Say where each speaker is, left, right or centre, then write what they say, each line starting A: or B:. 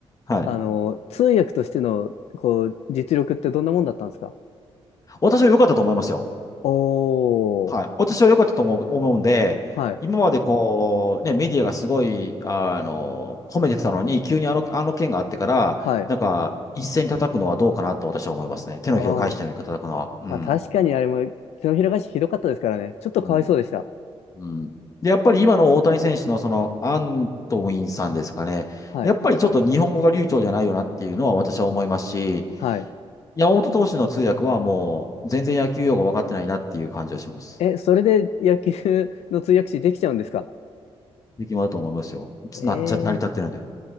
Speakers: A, on the left; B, on the left.
A: はい。
B: あの、通訳としての、こう、実力ってどんなもんだったんですか
A: 私は良かったと思いますよ。
B: おー。
A: はい。私は良かったと思う、思うんで、
B: はい。
A: 今までこう、ね、メディアがすごい、あの、褒めてたのに、急にあの、あの件があってから、
B: はい。
A: なんか、一斉に叩くのはどうかなと私は思いますね。手のひらを返したように叩くのは。
B: ああ。
A: うん。
B: まあ確かにあれも、手のひら返しひどかったですからね。ちょっとかわいそうでした。
A: うん。うん。で、やっぱり今の大谷選手のその、アントウィンさんですかね。
B: はい。
A: やっぱりちょっと日本語が流暢じゃないよなっていうのは私は思いますし、
B: はい。
A: 山本投手の通訳はもう全然野球用語分かってないなっていう感じはします。
B: え、それで野球の通訳士できちゃうんですか
A: 力もあると思いますよ。つなっちゃ、
B: え
A: 成り立ってるんで。